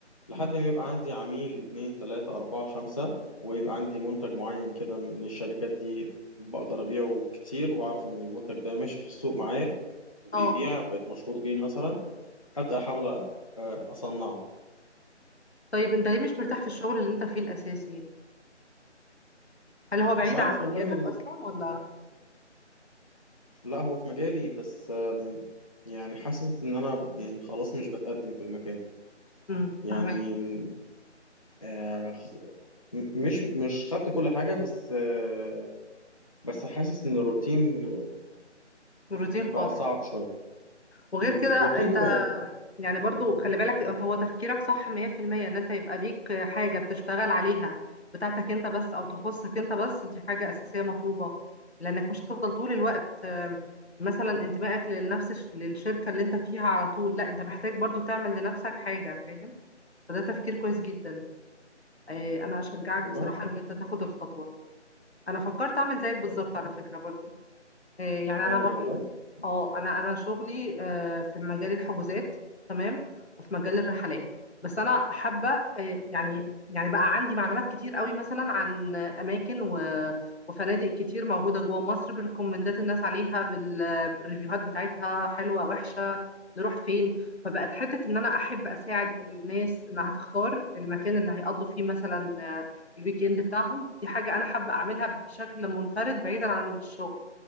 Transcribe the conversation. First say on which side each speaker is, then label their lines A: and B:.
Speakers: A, on the left; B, on the left.
A: لحد
B: مم.
A: ما يبقى عندي عميل اتنين تلاته اربعه خمسه ويبقى عندي منتج معين كده من الشركات دي بقدر ابيعه كتير واعرف ان المنتج ده ماشي في السوق معايا وبيبيع
B: اه
A: بقيت مشهور بيه مثلا ابدا احاول أ- اصنعه
B: طيب انت ليه مش مرتاح في الشغل اللي انت فيه الاساسي يعني؟ هل هو بعيد
A: مش عارف
B: عن
A: والله
B: مجالك اصلا ولا
A: لا هو في مجالي بس آم، يعني حاسس ان انا يعني خلاص مش بتقدم في المكان
B: امم
A: يعني
B: فاهمك
A: آه، خ- م- مش مش خدت كل حاجة بس آه، بس حاسس ان الروتين
B: روتين
A: بقى
B: قاتل
A: صعب شوية
B: وغير
A: م،
B: كده
A: روتين
B: انت
A: و...
B: يعني برضو خلي بالك هو تفكيرك صح 100% ان انت يبقى ليك حاجة بتشتغل عليها بتاعتك انت بس او تخصك انت بس دي حاجة اساسية مطلوبة لانك مش هتفضل طول الوقت آم، مثلا انتمائك لنفس الش- للشركة اللي انت فيها على طول لا انت محتاج برضو تعمل لنفسك حاجة فاهم فده تفكير كويس جدا آه، انا اشجعك بصراحة
A: والله
B: ان انت تاخد الخطوة انا فكرت اعمل زيك بالظبط
A: آه،
B: على فكرة برضو آه، يعني
A: فعلا
B: انا برضو
A: والله م،
B: اه انا انا شغلي آه، في مجال الحجوزات تمام وفي مجال الرحلات بس انا حابه آه، يعني يعني بقى عندي معلومات كتير قوي مثلا عن اماكن و- وفنادق كتير موجوده جوه مصر بريكومندات الناس عليها بال- بالريفيوهات بتاعتها حلوه وحشه نروح فين فبقت حته ان انا احب اساعد الناس انها تختار المكان اللي هيقضوا فيه مثلا آه، الويك اند بتاعهم دي حاجه انا حابه اعملها بشكل منفرد بعيدا عن الشغل